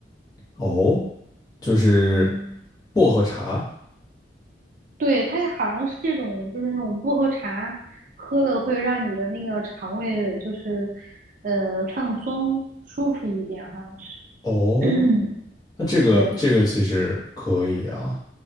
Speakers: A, on the left; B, on the right.
A: 哦，就是
B: 嗯，
A: 薄荷茶，
B: 对，它好像是这种，就是那种薄荷茶，喝了会让你的那个肠胃就是呃放松舒服一点，好像是。
A: 哦。
B: <coughs> <clears throat>
A: 那这个这个其实可以啊，
B: 对。